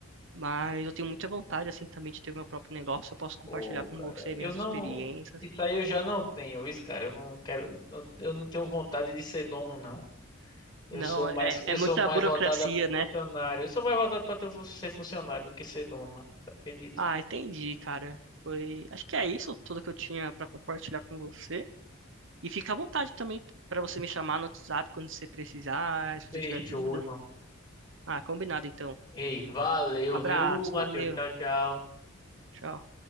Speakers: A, on the right (about 60°); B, on the left (about 20°).
A: Mas eu tenho muita vontade, assim, também de ter meu próprio negócio. Eu posso compartilhar
B: Pô,
A: com
B: cara,
A: você
B: eu
A: minhas
B: não.
A: experiências.
B: Isso aí eu já não tenho, isso, cara. Eu não quero. Eu eu não tenho vontade de ser dono, não. Eu
A: Não,
B: sou mais,
A: é,
B: eu
A: é muita
B: sou mais
A: burocracia,
B: voltado para
A: né?
B: funcionário. Eu sou mais voltado para ser funcionário do que ser dono, mano. Acredito.
A: Ah, entendi, cara. Foi, acho que é isso tudo que eu tinha para compartilhar com você. E fica à vontade também para você me chamar no WhatsApp quando você precisar, se
B: Fechou,
A: você tiver dúvidas.
B: irmão.
A: Ah, combinado então.
B: Ei, valeu,
A: Abraço,
B: viu, Matheus?
A: valeu,
B: Tchau, tchau.
A: tchau.